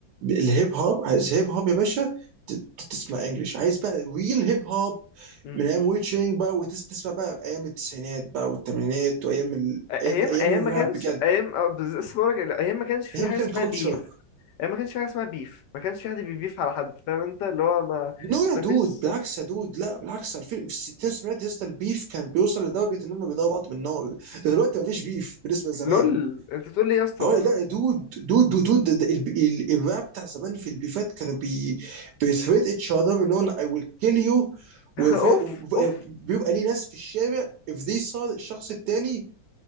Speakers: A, on the right; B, on the left.
A: الهيب هوب عايز هيب هوب يا باشا ت- ت- تسمع انجلش عايز بقى ريل هيب هوب
B: م- م.
A: من ايام ويتشنج بقى وتسمع بقى ايام التسعينات بقى والثمانينات وايام ال...
B: ايام
A: ايام ايام
B: ايام
A: الراب
B: ما كانش
A: بجد
B: ايام اه بز- لسه بقولك ايام ما كانش في
A: هي
B: حاجه
A: كان
B: اسمها
A: كلتشر
B: بيف ايام ما كانش في حاجه اسمها بيف ما كانش في حد بيبيف على حد فاهم انت اللي هو ما
A: نو يا
B: ما
A: دود
B: فيش
A: بالعكس يا دود لا بالعكس في في الستينات والسبعينات يا اسطى البيف كان بيوصل لدرجه ان هم بيضربوا بعض بالنار ده دلوقتي مفيش بيف بالنسبه لزمان
B: لول انت تقول لي يا اسطى
A: اه لا دود دود دود دود ده- ال- ال- الراب بتاع زمان في البيفات كانوا بي بيثريت اتش اذر ان انا اي ويل كيل يو
B: <laughs>
A: وبيبقى
B: اوف اوف
A: ليه ناس في الشارع if they saw الشخص التاني